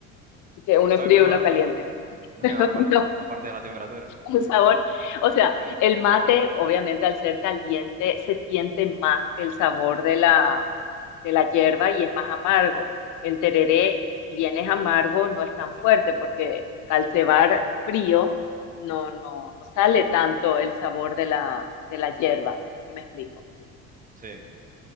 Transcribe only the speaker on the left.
que uno
es frío
y uno es caliente.
<laughs>
No.
El sabor, o sea, el mate, obviamente al ser caliente, se siente más el sabor de la, de la hierba y es más amargo. El tereré, si bien es amargo, no es tan fuerte porque al cebar frío no, no, no sale tanto el sabor de la, de la hierba, no sé si me explico.